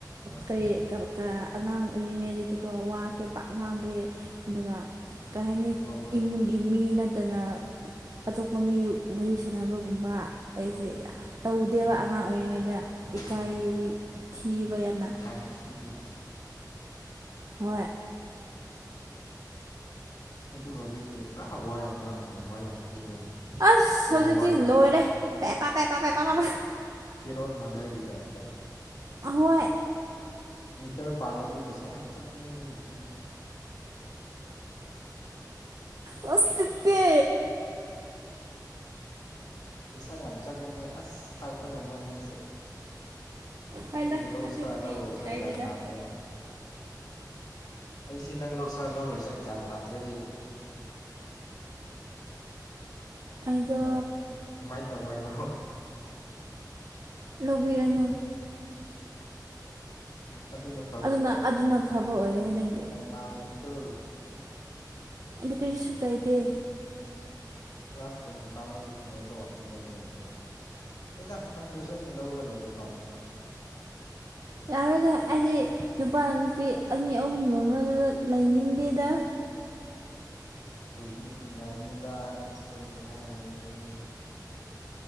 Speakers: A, on the left (about 60°); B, on the right (about 50°).
A: ꯍꯣꯏ
B: ꯀꯔꯤ ꯀ <unintelligible> ꯑꯉꯥꯡ ꯑꯣꯏꯔꯤꯉꯩꯗꯗꯤꯀꯣ ꯋꯥꯁꯦ ꯄꯥꯛ ꯉꯥꯡꯗꯦ ꯑꯗꯨꯒ ꯀꯩ ꯍꯥꯏꯅꯤ
A: ꯏꯟꯇ꯭ꯔꯣꯕꯔꯠ
B: ꯏꯃꯨꯡꯒꯤ
A: ꯑꯣꯏꯕ
B: ꯃꯤ ꯅꯠꯇꯅ ꯑꯇꯣꯞꯄ ꯃꯤ ꯋꯥꯔꯤ ꯁꯥꯟꯅꯕ ꯒꯨꯝꯕ ꯑꯩꯁꯦ
A: ꯎꯝ
B: ꯌꯥꯝ ꯇꯧꯗꯦꯕ ꯑꯉꯥꯡ ꯑꯣꯏꯔꯤꯉꯩꯗ ꯏꯀꯥꯏ
A: ꯎꯝ
B: ꯊꯤꯕ ꯌꯥꯝꯅ
A: ꯍꯥꯏ ꯊꯤꯕꯤ
B: ꯍꯣꯏ
A: ꯑꯗꯨ ꯍꯧꯖꯤꯛꯇꯤ ꯄꯨꯔꯥ ꯋꯥ ꯌꯥꯝ ꯉꯥꯡꯈ꯭ꯔꯦꯅꯦ ꯋꯥ ꯌꯥꯝ ꯄꯦꯠꯂꯦ
B: ꯑꯁ
A: ꯇꯦꯅ
B: ꯍꯧꯖꯤꯛꯇꯤ
A: ꯋꯥꯒꯤ
B: ꯂꯣꯏꯔꯦ
A: ꯇꯥꯏꯞꯇ
B: ꯄꯦꯄꯥ ꯄꯦꯄꯥ ꯄꯦꯄꯥ ꯄꯦꯄꯥ
A: ꯄꯦꯔꯣꯠ ꯃꯥꯗꯔꯒꯤ ꯇꯥꯏꯞꯇ
B: ꯑꯍꯣꯏ
A: ꯃꯤꯇꯔ ꯄꯥꯜꯂꯗꯤ ꯄꯩꯁꯥ ꯌꯥꯝ ꯆꯠꯀꯅꯤ ꯅꯪꯒꯤ ꯆꯤꯟꯁꯦ
B: ꯑꯁ ꯁꯤꯠꯇꯦ
A: ꯄꯩꯁꯥ ꯌꯥꯝ ꯆꯥꯠꯀꯅꯤ ꯑꯁ ꯊꯥꯛꯄ ꯉꯝꯃꯣꯏ ꯅꯪꯁꯦ
B: ꯍꯣꯏꯗ
A: ꯑꯩꯕꯨ ꯂꯧꯁꯤꯔꯥ
B: ꯑꯗꯨꯕꯨꯗꯤ
A: ꯂꯧꯔꯣꯏꯁꯤꯔꯥ
B: ꯀꯥꯏꯗꯦꯗ
A: ꯒ꯭ꯌꯥꯟ ꯇꯥꯗ꯭ꯔꯦꯗ ꯑꯩꯁꯤ ꯅꯪ ꯂꯧꯁꯤꯔꯥ ꯂꯧꯔꯣꯏꯁꯤꯔꯥ ꯒ꯭ꯌꯥꯟ ꯇꯥꯗ꯭ꯔꯦ
B: ꯑꯩꯗꯣ
A: ꯀꯃꯥꯏ ꯀꯃꯥꯏꯅ ꯇꯧ ꯍꯥꯏꯕ꯭ꯔꯣ
B: ꯂꯧꯕꯤꯔꯅꯨ
A: ꯑꯗꯨꯅ ꯐꯒꯗ꯭ꯔꯣ
B: ꯑꯗꯨꯅ ꯑꯗꯨꯅ ꯐꯕ ꯑꯣꯏꯒꯅꯤ ꯅꯪꯒꯤ
A: ꯅꯪ ꯃꯥꯡꯉꯅꯤꯀꯣ
B: ꯑꯩꯗꯤ ꯀꯔꯤꯁꯨ ꯀꯥꯏꯗꯦ
A: ꯂꯥꯁꯇ ꯅꯨꯄꯥ ꯑꯃꯁꯨ ꯐꯪꯉꯣꯏꯀꯣ ꯑꯩꯅ ꯂꯧꯗ꯭ꯔꯒꯗꯤ ꯍꯣꯏꯗ ꯐꯪꯗ꯭ꯔꯁꯨ ꯑꯩꯅ ꯂꯧꯔ ꯂꯣꯏꯔꯦꯀꯣ ꯑꯃꯨꯛꯀ
B: ꯌꯥꯔꯣꯏꯗ ꯑꯩꯗꯤ ꯅꯨꯄꯥꯅ ꯅꯨꯄꯤ ꯑꯅꯤ ꯑꯍꯨꯝ ꯂꯣꯟꯕꯗꯨꯗ ꯂꯩꯅꯤꯡꯗꯦꯗ
A: ꯂꯩꯕꯅꯤ ꯅꯨꯡꯉꯥꯏꯕꯅꯤꯗ ꯅꯪꯁꯨ ꯄꯨꯡꯍꯥꯏ ꯍꯥꯏꯅꯨ ꯍꯩ